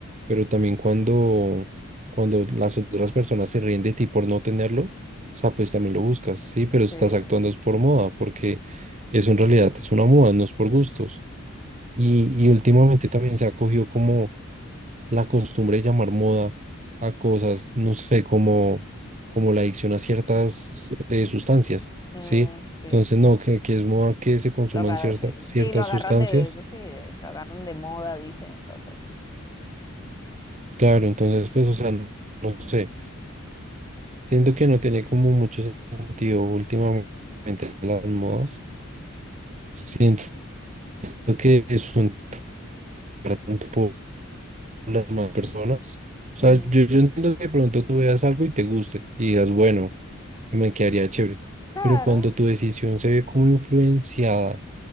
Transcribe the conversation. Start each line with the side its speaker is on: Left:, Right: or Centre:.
Right: pero también cuando, cuando las otras personas se ríen de ti por no tenerlo, o sea, pues también lo buscas, sí, pero
Left: Sí.
Right: estás actuando es por moda, porque eso en realidad es una moda, no es por gustos. Y, y últimamente también se ha cogido como la costumbre de llamar moda a cosas, no sé, como, como la adicción a ciertas eh, sustancias,
Left: Mm,
Right: sí.
Left: sí.
Right: Entonces, no, que, que es moda que se consuman
Left: Lo agarraron,
Right: ciertas,
Left: sí,
Right: ciertas
Left: sí, lo agarran
Right: sustancias
Left: de, de- sí, de- lo agarran de moda, dicen, entonces.
Right: Claro, entonces, pues, o sea, no, no sé, siento que no tiene como mucho sentido últimamente las modas, siento que es un tanto por las más personas, o
Left: Ujú.
Right: sea, yo, yo entiendo que de pronto tú veas algo y te guste y digas, bueno, me quedaría chévere,
Left: Claro,
Right: pero cuando tu decisión se ve como influenciada,